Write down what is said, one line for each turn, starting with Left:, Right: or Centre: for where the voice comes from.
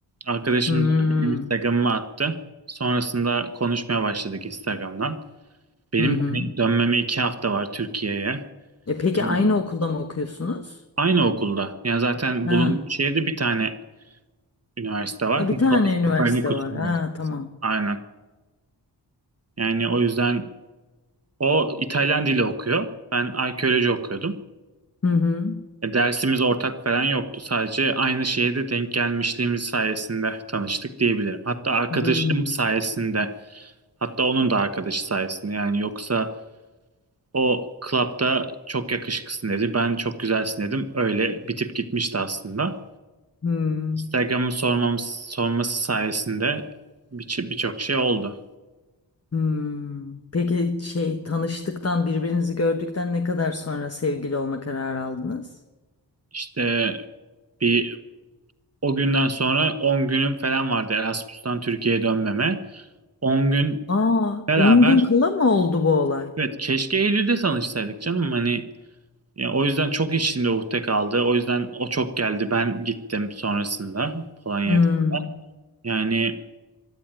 Right: Arkadaşım
Left: Hmm.
Right: da benim Instagram'ımı attı. Sonrasında konuşmaya başladık Instagram'dan. Benim
Left: Hı hı.
Right: dönme- dönmeme iki hafta var Türkiye'ye.
Left: E peki
Right: Yani
Left: aynı okulda mı okuyorsunuz?
Right: Aynı okulda. Yani zaten
Left: Ha.
Right: bulunduğum şehirde bir tane üniversite var.
Left: Ha bir
Right: Nicolas
Left: tane üniversite
Right: Copernicus
Left: var.
Right: Üniversitesi.
Left: Ha tamam.
Right: Aynen. Yani o yüzden o İtalyan dili okuyor. Ben arkeoloji okuyordum.
Left: Hı hı.
Right: E, dersimiz ortak falan yoktu. Sadece aynı şehirde denk gelmişliğimiz sayesinde tanıştık diyebilirim. Hatta arkadaşım
Left: Hmm.
Right: sayesinde. Hatta onun da arkadaşı sayesinde. Yani yoksa o klapta çok yakışıklısın dedi. Ben çok güzelsin dedim. Öyle bitip gitmişti aslında.
Left: Hmm.
Right: Instagram'ı sormamız, sorması sayesinde birço- birçok şey oldu.
Left: Hmm. Peki şey tanıştıktan birbirinizi gördükten ne kadar sonra sevgili olma kararı aldınız?
Right: İşte bir o günden sonra 10 günüm falan vardı Erasmus'tan Türkiye'ye dönmeme. on gün
Left: Aa,
Right: beraber
Left: 10 gün kala mı oldu bu olay?
Right: evet keşke Eylül'de tanışsaydık canım hani ya o yüzden çok içimde ukde kaldı. O yüzden o çok geldi. Ben gittim sonrasında Polonya'da.
Left: Hmm.
Right: Yani